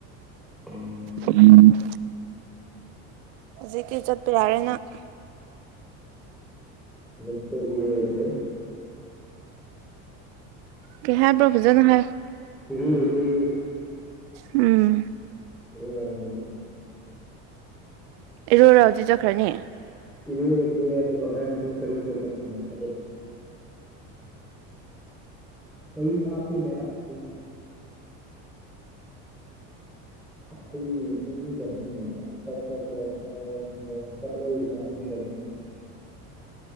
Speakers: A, in the centre; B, on the right (about 75°).
A: ꯎꯝ
B: ꯎꯝ ꯍꯧꯖꯤꯛꯇꯤ ꯆꯠꯄ ꯌꯥꯔꯦ ꯅꯪ
A: <unintelligible> <inaudible>
B: ꯀꯩ ꯍꯥꯏꯕ ꯐꯖꯅ ꯍꯥꯏꯌꯣ
A: ꯏꯔꯨꯔꯒꯦ
B: ꯎꯝ
A: <unintelligible> <inaudible>
B: ꯏꯔꯨꯔꯗꯤ ꯆꯠꯈ꯭ꯔꯅꯤ
A: ꯏꯔꯨꯔꯒꯦ ꯑꯗꯨꯒ ꯍꯣꯔꯦꯟ ꯄꯨꯡ ꯇꯔꯨꯛꯇ ꯆꯠꯀꯅꯤ ꯇꯔꯦꯠ ꯃꯌꯨꯝ ꯂꯥꯞꯄꯤꯅꯦ ꯑꯁ ꯇꯤꯡ ꯑꯈꯣꯏꯗꯤ <unintelligible>